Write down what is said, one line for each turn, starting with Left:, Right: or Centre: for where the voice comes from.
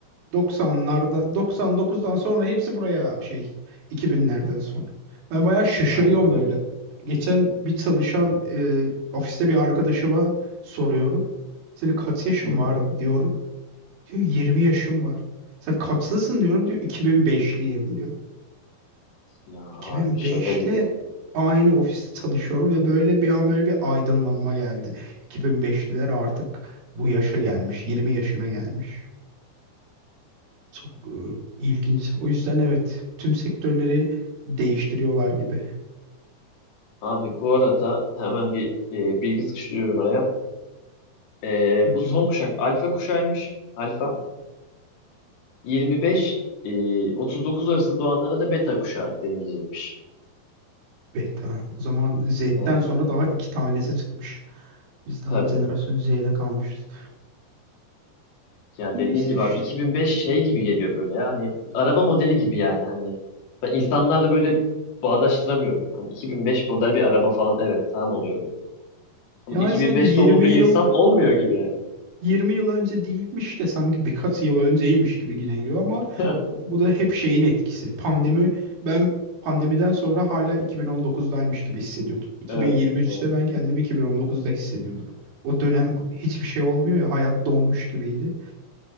Right: doksanlarda, doksan dokuzdan sonra hepsi buraya şey iki binlerden sonra. Ben bayağı şaşırıyorum
Left: Aynen öyle.
Right: böyle. Geçen bir çalışan e, ofiste bir arkadaşıma soruyorum. Senin kaç yaşın
Left: Hı hı.
Right: var diyorum. Diyor 20 yaşım var. Sen kaçlısın diyorum diyor 2005'liyim diyor.
Left: Ya
Right: 2005'le
Left: abi şaka gibi.
Right: aynı ofiste çalışıyorum ve böyle bir an böyle bir aydınlanma geldi. 2005'liler artık bu yaşa gelmiş, 20 yaşına gelmiş. Çok e, ilginç. O yüzden evet tüm sektörleri değiştiriyorlar gibi.
Left: Abi bu arada hemen bir e, bilgi sıkıştırıyorum araya. E,
Right: Hı
Left: bu son
Right: hı.
Left: kuşak alfa kuşağıymış. Alfa 25 e, 39 arası doğanlara da beta kuşağı denilecekmiş.
Right: Beta. O zaman Z'den
Left: Evet
Right: sonra daha iki tanesi çıkmış. Biz daha
Left: tabii.
Right: jenerasyon Z'de kalmışız.
Left: Ya
Right: Neyse
Left: dediğin gibi
Right: işte.
Left: abi 2005 şey gibi geliyor böyle ya hani araba modeli gibi yani hani ben insanlarla böyle bağdaştıramıyorum. Hani 2005 model bir araba falan evet tamam oluyorum. Ama
Right: Yani
Left: 2005
Right: sanki 20
Left: doğumlu bir
Right: yıl
Left: insan olmuyor gibi yani.
Right: 20 yıl önce değilmiş de sanki birkaç yıl önceymiş gibi yine geliyor ama
Left: <laughs>
Right: bu da hep şeyin etkisi. Pandemi ben pandemiden sonra hala 2019'daymış gibi hissediyordum. 2023'te
Left: Evet, evet.
Right: ben kendimi 2019'da hissediyordum. O dönem hiçbir şey olmuyor ya hayat donmuş gibiydi.